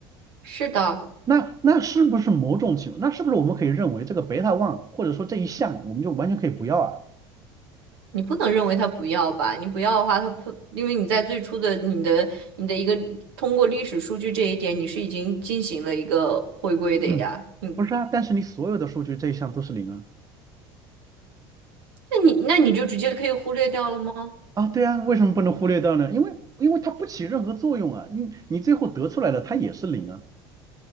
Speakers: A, on the right; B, on the right.
A: 是的。
B: 那那是不是某种情况那是不是我们可以认为这个贝塔 one 或者说这一项我们就完全可以不要啊？
A: 你不能认为它不要吧？你不要的话，它不，因为你在最初的你的你的一个通过历史数据这一点，你是已经进行了一个回归的呀。
B: 嗯，
A: 你
B: 不是啊，但是你所有的数据这一项都是零啊
A: 那你那你就直接可以忽略掉了吗？
B: 啊，对啊，为什么不能忽略掉呢？因为因为它不起任何作用啊，你你最后得出来的它也是零啊，